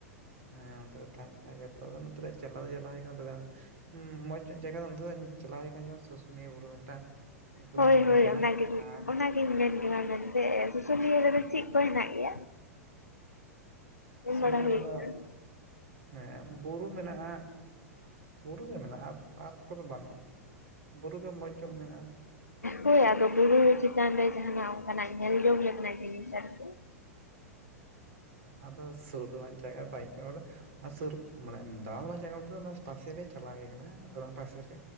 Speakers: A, on the right (about 60°); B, on the left (about 90°).
A: ᱦᱮᱸ ᱚᱱᱛᱮ ᱨᱮ ᱛᱟᱦᱮᱸ ᱵᱟᱲᱟᱭ ᱜᱮᱭᱟ ᱛᱚ ᱟᱫᱚ ᱱᱚᱛᱮ ᱪᱟᱞᱟᱣ ᱫᱚ ᱪᱟᱞᱟᱣ ᱦᱩᱭ ᱠᱟᱱᱟ ᱫᱟᱲᱟᱱ ᱦᱩᱸᱻ ᱢᱚᱸᱡᱽ ᱧᱚᱜ ᱡᱟᱭᱜᱟ ᱫᱚ ᱚᱱᱛᱮ ᱫᱚ ᱪᱟᱞᱟᱣ ᱦᱳᱭ ᱠᱟᱱᱟ ᱡᱮᱢᱚᱱ ᱥᱩᱥᱩᱱᱤᱭᱟᱹ ᱵᱩᱨᱩ ᱢᱤᱫᱴᱟᱝ ᱧᱩᱛᱩᱢᱟᱱᱟᱜ
B: ᱦᱳᱭ ᱦᱳᱭ
A: ᱱᱚᱛᱮᱱᱟᱜ
B: ᱚᱱᱟᱜᱮ
A: ᱟᱨ
B: ᱚᱱᱟ ᱜᱤᱧ ᱢᱮᱱ ᱠᱮᱢᱟ ᱢᱮᱱᱛᱮ ᱥᱩᱥᱩᱱᱤᱭᱟ. ᱫᱚ ᱪᱮᱫ ᱠᱚ ᱦᱮᱱᱟᱜ ᱜᱮᱭᱟ?
A: ᱥᱩᱥᱩᱱᱤᱭᱟᱹ
B: ᱟᱸᱡᱚᱢ ᱵᱟᱲᱟ ᱦᱩᱭ
A: ᱨᱮᱫᱚ
B: ᱠᱟᱱᱟ
A: ᱮᱸ ᱵᱩᱨᱩ ᱢᱮᱱᱟᱜᱼᱟ ᱵᱩᱨᱩ ᱜᱮ ᱢᱮᱱᱟᱜᱼᱟ ᱯᱟᱨᱠ ᱠᱚᱫᱚ ᱵᱟᱹᱱᱩᱜᱼᱟ, ᱵᱩᱨᱩ ᱜᱮ ᱢᱚᱡᱽ ᱧᱚᱜ ᱢᱮᱱᱟᱜᱼᱟ।
B: ᱦᱚᱭ ᱟᱫᱚ ᱵᱩᱨᱩ ᱪᱮᱛᱟᱱ ᱨᱮ ᱡᱟᱦᱟᱱᱟᱜ ᱚᱱᱠᱟᱱᱟᱜ ᱧᱮᱞ ᱡᱚᱝ ᱞᱮᱠᱟᱱᱟᱜ ᱡᱤᱱᱤᱥ ᱟᱨᱠᱤ
A: ᱟᱫᱚ ᱥᱩᱨ <unintelligible> ᱚᱱᱟ ᱥᱩᱨ ᱢᱟᱱᱮ ᱫᱟᱬᱟᱱᱢᱟ ᱡᱟᱸᱜᱟ ᱛᱚ ᱚᱱᱟ ᱯᱟᱥᱮ ᱨᱮ ᱪᱟᱞᱟᱣ ᱠᱟᱱᱟ ᱯᱟᱥᱮ ᱨᱮ